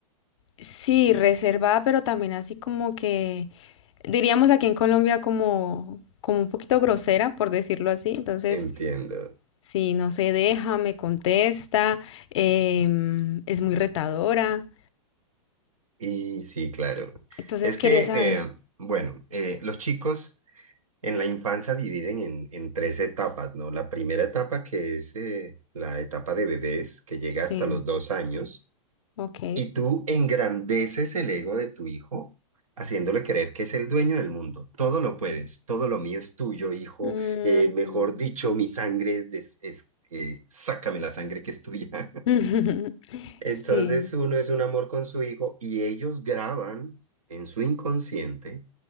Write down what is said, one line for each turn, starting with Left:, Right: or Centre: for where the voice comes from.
Left: Sí, reservada, pero también así como que diríamos aquí en Colombia como, como un poquito grosera, por decirlo así. Entonces,
Right: entiendo.
Left: Sí, no se deja, me contesta, em, es muy retadora.
Right: Y sí, claro.
Left: Entonces
Right: Es
Left: quería
Right: que,
Left: saber.
Right: eh, bueno, eh, los chicos en la infancia dividen en, en tres etapas, ¿no? La primera etapa que es eh, la etapa de bebés, que llega
Left: Sí,
Right: hasta los dos años,
Left: ok.
Right: y tú engrandeces el ego de tu hijo, haciéndole creer que es el dueño del mundo. Todo lo puedes, todo lo mío es tuyo, hijo.
Left: Mm.
Right: Eh, mejor dicho, mi sangre es, des- es- eh, sácame la sangre que es tuya.
Left: <laughs>
Right: Entonces
Left: Sí,
Right: uno es un amor con su hijo y ellos graban en su inconsciente,